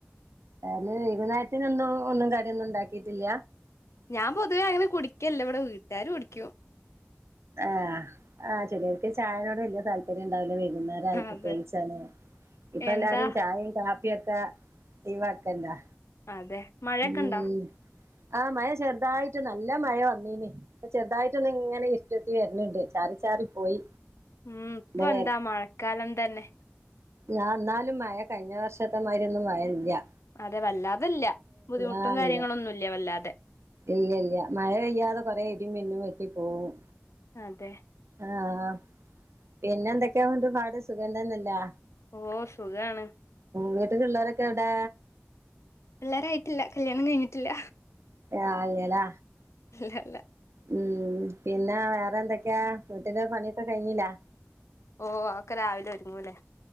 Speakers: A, on the right; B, on the left.
A: ആഹ് ഇന്ന് വൈകുന്നേരത്തിനെന്തൂ ഒന്നും കട്യൊന്നുണ്ടാക്കീട്ടില്ല.
B: ഞാം പൊതുവേ അങ്ങനെ കുടിക്കെല്ല ഇവടെ വീട്ടാര് കുടിക്കും.
A: ആഹ് ആഹ് ചെലോല്ക്ക് ചായനോട് വെല്ല്യെ താല് പര്യണ്ടാവൂല വൈകുന്നേരായ പ്രത്യേകിച്ചാണ്
B: അതെ
A: ഇപ്പൊല്ലാരും
B: എന്താ
A: ചായിം കാ പ്പ്യക്കെ ഒയ് വക്കല്ലാ
B: അതെ മഴയൊക്കെ
A: ഉം
B: ഇണ്ടോ
A: ആഹ് മഴ ചെറ്തായിട്ട് നല്ല മഴ വെന്നീനി. ചെറ്തായിട്ടൊന്ന് ങ്ങനെ ഇ ര്ട്ടുത്തി വെര്ണ് ണ്ട് ചാറി ചാറി പോയി.
B: ഉം പ്പെ
A: ഇതാ
B: ന്താ മഴക്കാലം തന്നെ.
A: ഞാ ന്നാലും മയ കഴിഞ്ഞ വർഷത്തെമായ്‌ര്യൊന്നും മഴല്ല.
B: അതെ വല്ലാതല്ല ബുദ്ധിമുട്ടും
A: ആഹ്
B: കാര്യങ്ങള
A: ഇല്ല
B: ഒന്നുംല്ല വല്ലാതെ
A: ഇല്ല ഇല്ല മഴ പെയ്യാതെ കൊറെ ഇടി മിന്നും വെട്ടി പോവും
B: അതെ
A: ആ ഹ പിന്നെ എന്തൊക്കെയുണ്ട് പാട് സുഖംതന്നെയല്ലേ
B: ഓ സുഖാണ്
A: വീട്ടി ലു ള്ളോരൊക്കെ എവടെ
B: പിള്ളേരായിട്ടില്ല കല്യാണം കഴിഞ്ഞിട്ടില്ല
A: <unintelligible> അല്ലലാ
B: ഇല്ല ല്ല
A: ഉം പിന്നെ വേറെ എന്തെക്കെ വീട്ടിലെ പണിയൊക്കെ കഴിഞ്ഞില്ല
B: ഓ അതൊക്കെ രാവിലെ ഒരുങ്ങൂലേ